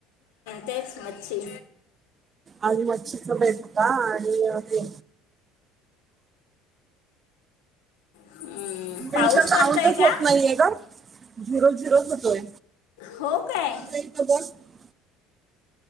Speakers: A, on the left (about 85°); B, on the right (about 35°).
A: तेच मछी.
B: आधी मच शिकमत का आणि हे
A: हं,
B: त्यांच
A: पाऊस
B: काउंटच
A: पडतोय का
B: होत नाहीे का झिरो-झिरो होतोय.
A: हो काय
B: <unintelligible>